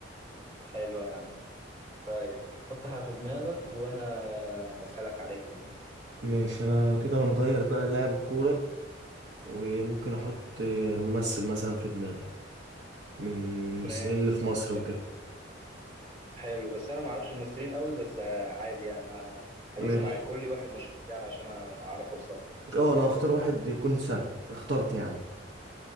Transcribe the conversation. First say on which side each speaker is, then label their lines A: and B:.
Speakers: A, on the right; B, on the right.
A: حلوة يا عم طيب حطها في دماغك وأنا هسألك عليها يعني
B: ماشي انا كده هنغير بقى لاعب الكوره وممكن احط ممثل مثلا في دماغي من الممثلين
A: ماشي
B: اللي في مصر
A: حلو
B: وكده
A: جدا. حلو بس أنا معرفش الممثلين قوي بس آه، عادي يعني آه، هدوس
B: ماشي
A: معاك قول لي واحد مشهور يعني عشان أعرف أوصل له
B: اه انا هختار واحد يكون سهل اخترت يا عم